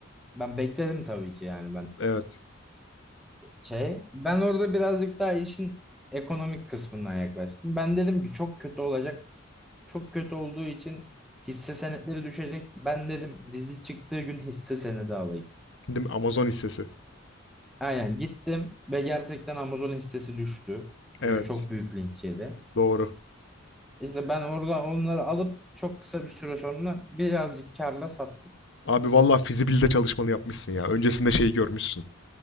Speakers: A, in the centre; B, on the left.
A: Ben bekledim tabii ki yani ben
B: Evet.
A: şey. Ben orada birazcık daha işin ekonomik kısmından yaklaştım. Ben dedim ki çok kötü olacak. Çok kötü olduğu için hisse senetleri düşecek. Ben dedim dizi çıktığı gün hisse senedi alayım.
B: Değil mi? Amazon hissesi.
A: Aynen gittim ve gerçekten Amazon hissesi düştü. Çünkü
B: Evet.
A: çok büyük linç yedi.
B: Doğru.
A: İşte ben orada onları alıp çok kısa bir süre sonra birazcık karla sattım.
B: Abi valla fizibilite çalışmanı yapmışsın ya. Öncesinde şeyi görmüşsün.